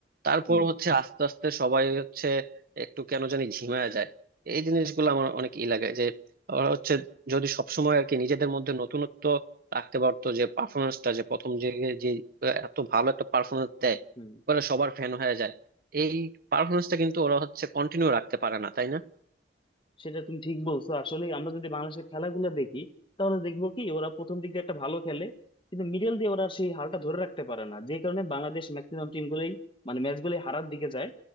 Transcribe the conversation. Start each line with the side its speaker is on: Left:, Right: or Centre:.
Right: তারপর
Left: হুম
Right: হচ্ছে আস্তে আস্তে সবাই হচ্ছে একটু কেন জানি ঝিমায় যায় এই জিনিসগুলো আমার অনেক ই লাগে যে ওরা হচ্ছে যদি সবসময় আর কি নিজেদের মধ্যে নতুনত্ব রাখতে পারতো যে পারফরমেন্সটা যে প্রথম যে যে আহ, এত ভালো একটা পারফরমেন্স
Left: হুম
Right: ওরা সবার ফ্যান হয়ে যায় এই পারফরমেন্সটা কিন্তু ওরা হচ্ছে কন্টিনিউ রাখতে পারে না তাই না
Left: সেটা তুমি ঠিক বলছো আসলে আমরা যদি বাংলাদেশের খেলাগুলো দেখি তাহলে দেখবো কি ওরা প্রথম দিক দিয়ে একটা ভালো খেলে কিন্তু মিডল দিয়ে ওরা আর সেই হালটা ধরে রাখতে পারে না যে কারণে বাংলাদেশ ম্যাক্সিমাম টিম গুলোই মানে ম্যাচ গুলোই হারার দিকে যায়